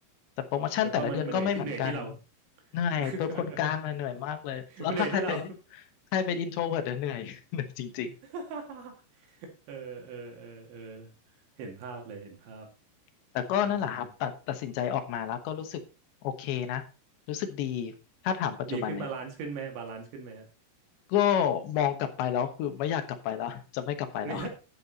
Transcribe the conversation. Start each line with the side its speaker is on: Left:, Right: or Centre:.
Left: แต่โปรโมชั่นแต่ละเดือนก็ไม่เหมือนกัน
Right: แล้วก็มันมันเหนื่อยที่เหนื่อยที่เรา
Left: เหนื่อยเป็นคนกลางเลยเหนื่อยมากเลยแล้วถ้าใครเป็น
Right: <laughs> มันเหนื่อยที่เรา
Left: ใครเป็นอินโทรเวิร์ตเหนื่อยเหนื่อยจริง
Right: <laughs> เออเออเออเออเห็นภาพเลยเห็นภาพ
Left: ๆแต่ก็นั่นแหละครับตัดตัดสินใจออกมาแล้วก็รู้สึกโอเคนะ
Right: อืม
Left: รู้สึกดีถ้าถามปัจจุบันเนี่ย
Right: ดีขึ้นบาลานซ์ขึ้นไหมบาลานซ์ขึ้นไหมฮะ
Left: ก็มองกลับไปแล้วคือไม่อยากกลับไปแล้วจะไม่กลับไปแล้ว
Right: ไม่